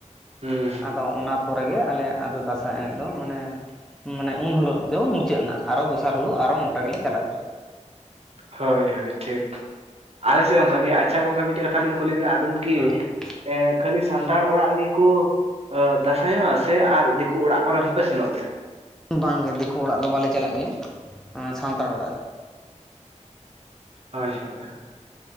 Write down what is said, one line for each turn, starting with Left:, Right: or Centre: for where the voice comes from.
Right: ᱦᱩᱸ ᱦᱩᱸ
Centre: ᱟᱫᱚ ᱚᱱᱟ ᱯᱚᱨᱮᱜᱮ ᱟᱞᱮᱭᱟᱜ ᱟᱫᱚ ᱫᱟᱸᱥᱟᱭ ᱮᱱᱮᱡ ᱫᱚ ᱢᱟᱱᱮ ᱢᱟᱱᱮ ᱩᱱ ᱦᱤᱞᱳᱜ ᱫᱚ ᱢᱩᱪᱟᱹᱫ ᱮᱱᱟ ᱟᱨᱚ ᱫᱚᱥᱟᱨ ᱦᱤᱞᱳᱜ ᱟᱨᱚ ᱱᱚᱝᱠᱟ ᱜᱮᱞᱮ ᱪᱟᱞᱟᱜ ᱜᱮᱭᱟ
Right: ᱦᱳᱭ ᱦᱳᱭ ᱴᱷᱤᱠ ᱟᱞᱮᱥᱮᱫ ᱚᱱᱠᱟ ᱜᱮ ᱟᱪᱪᱷᱟ ᱜᱚᱝᱠᱮ ᱢᱤᱫᱴᱮᱡ ᱠᱟᱛᱷᱟᱞᱤᱧ ᱠᱩᱞᱤ ᱵᱤᱱᱟ ᱟᱵᱤᱱ ᱫᱚ ᱠᱤ
Centre: ᱦᱮᱸ
Right: ᱠᱷᱟᱹᱞᱤ ᱥᱟᱱᱛᱟᱲ ᱚᱲᱟᱜ ᱨᱮᱜᱮ ᱠᱚ ᱫᱟᱸᱥᱟᱭᱚᱜᱼᱟ ᱥᱮ ᱟᱨ ᱫᱤᱠᱩ ᱚᱲᱟᱜ ᱠᱚᱨᱮ ᱦᱚᱸᱯᱮ ᱥᱮᱱᱚᱜ ᱜᱮᱭᱟ
Centre: ᱵᱟᱝᱜᱮ ᱫᱤᱠᱩ ᱚᱲᱟᱜ ᱫᱚ ᱵᱟᱞᱮ ᱪᱟᱞᱟᱜ ᱜᱮᱭᱟ ᱥᱟᱱᱛᱟᱲ ᱚᱲᱟᱜ ᱨᱮ
Right: ᱦᱳᱭ ᱦᱳᱭ ᱦᱳᱭ